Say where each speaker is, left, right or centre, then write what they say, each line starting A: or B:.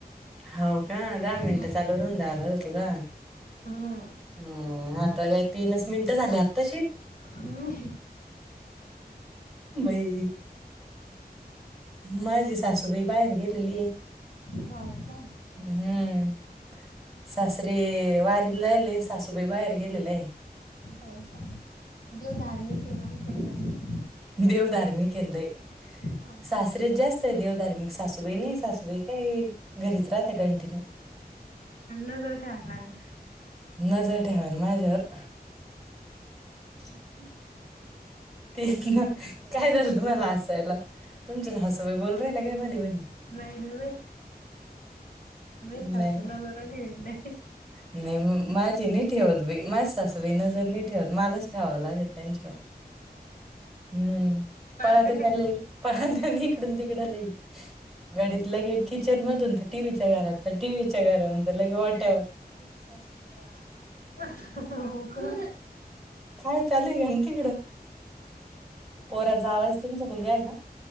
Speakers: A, in the centre; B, on the left.
A: हाऊ का,
B: हम्म
A: दहा मिनटं चालू राहुंद्या. होतो का.
B: हम्म
A: हम आता काय तीनच मिनिटं झालंय आताशी,
B: हम्म
A: बाई माझी सासूबाई बाहेर गेलीय.
B: हो का
A: हम्म. सासरे वारीला जायलेत, सासुबाई बाहेर गेलेत. <unintelligible>
B: हो का, देव धार्मिक आहे ना, म्हणून जात असतील.
A: देव धार्मिकेन लै,
B: हा
A: सासरेच जास्त. देवधार्मिक सासू. तुबई नी सासूबाई काय? घरीच राहत ते, कंटिन्यू.
B: नजर ठेवावं लागणं.
A: नजर ठेवायला माझ्यावर. <unintelligible> तेच ना, काय झालं तुम्हानला हसायला. तुमच्याच हसून बोलू, पहायला काय मधी-मधी,
B: नाही <unintelligible> सासूला
A: नाही
B: जरा ठेवेण,
A: नाही म माझी नाही ठेवत बाई, माझी सासू बाई नजर नाही ठेवत. मलाच ठेवावं लागते त्यांच्यावर हम्म..
B: पळत्या
A: पळात्यात
B: काय
A: न लई पळात्यात इकडून तिकडं लई घडीत लगेच किचन मधून तर टीव्हीच्या घरात त टीव्हीच्या घरावून लगे वट्यावर डायरेक्ट सासूच्या
B: <unintelligible> हो काय
A: काय चालू घ्या तिकडं पोराचा आवाज तुमचा मुलगा आहे का